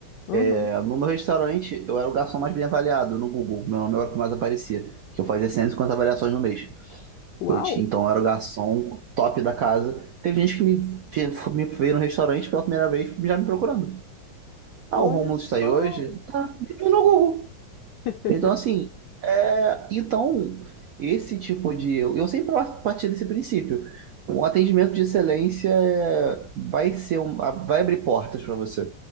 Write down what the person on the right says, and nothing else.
É, No meu restaurante, eu era o garçom mais bem avaliado no Google. Meu nome era o que mais aparecia, que eu fazia 150 avaliações no mês.
Eu tinha, então, eu era o garçom top da casa. Teve gente que me, que me veio no restaurante pela primeira vez já me procurando. Ah,
o Rômulo
está aí hoje? Tá, ele veio no Google.
Então, assim, é, então, esse tipo de... Eu sempre parti desse princípio. Um atendimento de excelência é, vai ser um, vai abrir portas para você